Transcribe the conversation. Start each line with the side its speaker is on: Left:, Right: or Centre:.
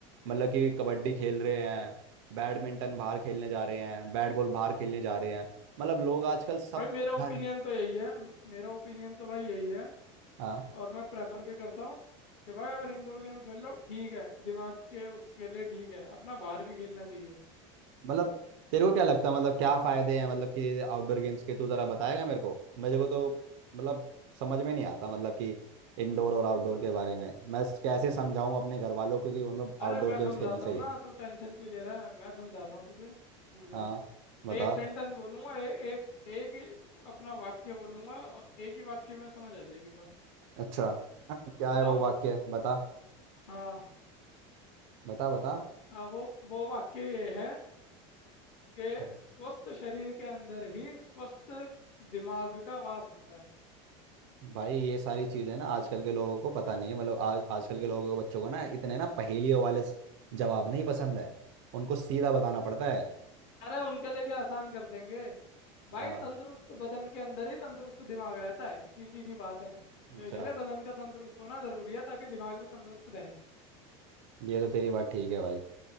Right: मतलब कि कबड्डी खेल रहे हैं बैडमिंटन बाहर खेलने जा रहे हैं बैट बॉल बाहर खेलने जा रहे हैं मतलब लोग आजकल सब
Left: भाई मेरा ओपिनियन
Right: घर
Left: तो यही है मेरा ओपिनियन तो भाई यही है
Right: हाँ
Left: और मैं प्रेफर भी करता हूँ कि भाई अगर इंडोर गेम खेल लो ठीक है दिमाग के उसके लिए ठीक है अपना बाहर भी खेलना चाहिए
Right: मतलब तेरे को क्या लगता है मतलब क्या फायदे हैं मतलब कि आउटडोर गेम्स के तू जरा बताएगा मेरे को मेरे को तो मतलब समझ में नहीं आता मतलब कि इंडोर और आउटडोर के बारे में मैं कैसे समझाऊं अपने घर वालों को कि हमें आउटडोर
Left: अरे मैं
Right: गेम्स
Left: समझाता
Right: खेलने चाहिए
Left: हूँ ना तू टेंशन क्यों ले रहा है मैं समझाता हूँ तुझे रुक जा
Right: हाँ बता
Left: एक सेंटेंस बोलूंगा ए, एक एक ही अपना वाक्य बोलूंगा और एक ही वाक्य में समझ आ जाएगी बात
Right: अच्छा हाँ, क्या
Left: बताऊँ
Right: है वो वाक्य बता
Left: हाँ
Right: बता बता
Left: आ, वो वो वाक्य ये है कि
Right: हाँ।
Left: स्वस्थ शरीर के अंदर ही स्वस्थ दिमाग का वास होता है
Right: भाई ये सारी चीजें ना आजकल के लोगों को पता नहीं है मतलब आज आजकल के लोगों को बच्चों को ना इतने ना पहेलियों वाले स- जवाब नहीं पसंद है उनको सीधा बताना पड़ता है
Left: अरे उनके लिए भी आसान कर देंगे भाई
Right: हाँ
Left: तंदुरुस्त बदन के अंदर ही तंदुरुस्त दिमाग रहता है सीधी सी बात है
Right: अच्छा
Left: तो इसीलिए बदन का तंदुरुस्त होना जरूरी है ताकि दिमाग भी तंदुरुस्त रहे
Right: ये तो तेरी बात ठीक है भाई